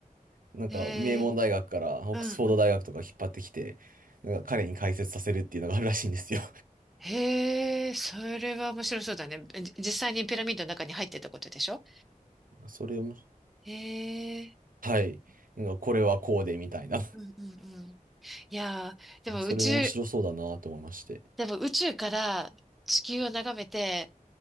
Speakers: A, on the right; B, in the centre.
A: なんか名門大学からオックスフォード大学とか引っ張ってきて、
B: へえ、うんうん。
A: なんか彼に解説させるっていうのがあるらしいんですよ。
B: へえ、それは面白そうだね。じ実際にピラミッドの中に入ってたことでしょ
A: それをも、
B: へえ、
A: はい。なんかこれはこうでみたいな。
B: うんうんうん。いやー、でも宇宙、
A: それ面白そうだなと思いまして。
B: でも宇宙から地球を眺めて、